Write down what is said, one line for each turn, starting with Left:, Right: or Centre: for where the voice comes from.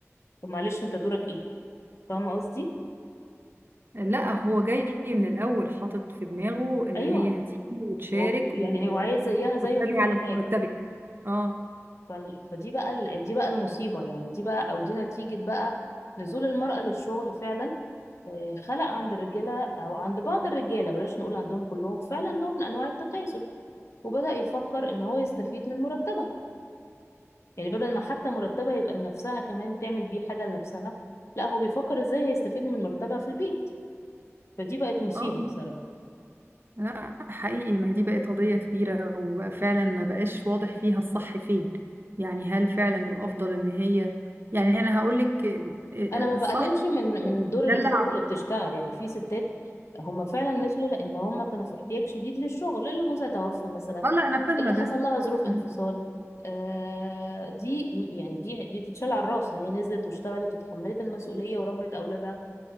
Left: طب معلش انت دورك ايه فاهمة قصدي
Right: لا هو جاي من الأول حاطط في دماغه إن
Left: ايوه
Right: هي هتيجي وتشارك
Left: هو بي-
Right: و-
Left: يعني هو عايز زيها زيه
Right: وتتابع
Left: في كل
Right: على مرتبك
Left: حاجة
Right: اه
Left: فال- فدي بقى ال- دي بقى المصيبة يعني دي بقى او دي نتيجة بقى نزول المرأة للشغل فعلا آه، خلق عند الرجالة أو عند بعض الرجالة بلاش نقول عندهم كلهم فعلا نوع من أنواع التكاسل وبدأ يفكر إن هو يستفيد من مرتبها يعني بدل ما حتى مرتبها يبقى لنفسها كمان تعمل بيه حاجة لنفسها لا هو بيفكر إزاي هيستفيد من مرتبها في البيت فدي بقت مصيبة
Right: اه
Left: بصراحة
Right: لا حقيقي ما هي دي بقت قضية كبيرة وفعلا ما بقاش واضح فيها الصح فين يعني هل فعلا الأفضل إن هي يعني أنا هقول لك آه، آه،
Left: انا ما
Right: الصح
Left: بقللش من
Right: تدلع
Left: من دور الست اللي بتشتغل يعني في ستات هم فعلا نزلوا لان هم كانوا في احتياج شديد للشغل اللي جوزها توفى مثلا
Right: اه لا أنا فاهمة
Left: اللي
Right: ده
Left: حصل لها ظروف
Right: مم.
Left: انفصال آه دي يعني دي دي تتشال على الراس ان هي نزلت واشتغلت وتحملت المسؤوليه وربت اولادها